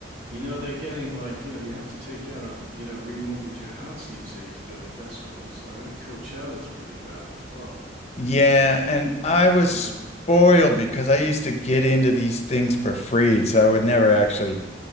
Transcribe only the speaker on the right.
you know they're getting like you know you have to take out a you know remortgage your house these days to go to festivals. I heard Coachella's pretty bad as well.
It's
like
you
know,